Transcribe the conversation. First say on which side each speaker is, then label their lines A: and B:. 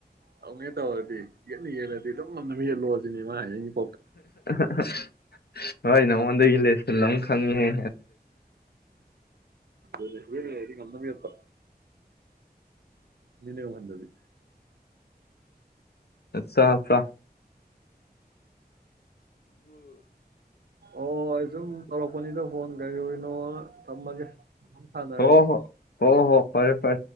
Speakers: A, on the right; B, on the left.
A: ꯇꯧꯉꯦ ꯇꯧꯔꯗꯤ ꯌꯦꯟꯅ ꯌꯦꯜꯂꯗꯤ ꯑꯗꯨꯝ ꯉꯝꯅꯕ ꯌꯦꯜꯂꯣꯁꯤꯅꯤ ꯃꯥ ꯍꯥꯏꯅꯤꯡꯉꯤꯁꯦ
B: <inaudible> ꯍꯣꯏ ꯅꯃꯗ ꯏꯂꯦꯂ ꯂꯪ ꯈꯪꯉꯍꯦ
A: ꯑꯗꯨꯔ ꯍꯥꯏꯗꯤ ꯃꯅꯕꯤꯠꯇ ꯃꯤꯂꯕꯥꯟꯗꯕꯤ
B: ꯑꯆꯥꯐ꯭ꯔꯥ
A: ꯑꯣꯁꯨꯨꯝ ꯇꯂꯣ ꯅꯤꯗ ꯐꯣꯟ ꯀ ꯏꯩꯅꯣ ꯃꯒ ꯊꯅꯔꯖ
B: ꯍꯣ ꯍꯣ ꯍꯣ ꯍꯣ ꯐꯔꯦ ꯐꯔꯦ